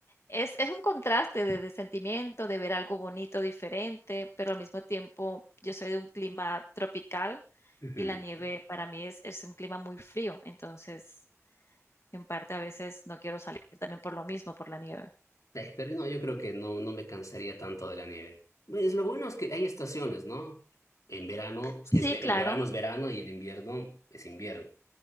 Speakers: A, on the left; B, on the left.
A: es, es un contraste de, de sentimiento, de ver algo bonito, diferente, pero al mismo tiempo yo soy de un clima tropical
B: Ujú.
A: y la nieve para mí es, es un clima muy frío, entonces en parte a veces no quiero salir también por lo mismo, por la nieve.
B: Eh, Pero no, yo creo que no, no me cansaría tanto de la nieve. Pues lo bueno es que hay estaciones, ¿no? En verano,
A: Sí,
B: es, ve-
A: claro,
B: el verano es verano y el invierno es invierno.